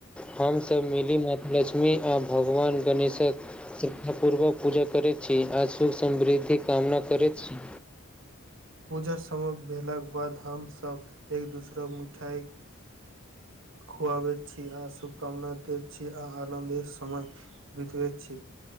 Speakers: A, in the centre; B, on the right.
A: हमसभ मिली माता लक्ष्मी आ भगवान गणेश श्रद्धा पूर्वक पूजा करै छी आ सु समृद्धि कामना करैत छी
B: पूजा समाप्त भेलाक बाद हमसभ एक दोसराक मिठा खुआब छी आ शुभकामना दे छी आ आनन्दे सम बत प छ